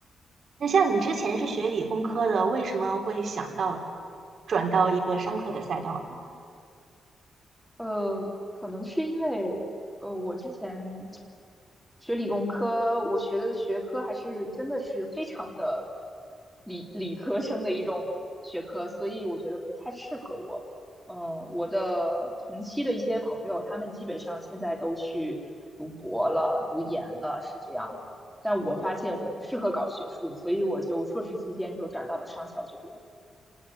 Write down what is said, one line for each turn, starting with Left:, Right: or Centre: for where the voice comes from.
Right: 那像你之前是学理工科的，为什么会想到转到一个商科的赛道呢？
Centre: 呃，可能是因为呃，我之前学理工科，我学的学科还是真的是非常的理理科生的一种学科，所以我觉得不太适合我。嗯、我的同期的一些朋友，他们基本上现在都去读博了、读研了，是这样。但我发现我不适合搞学术，所以我就硕士期间就转到了商校这边。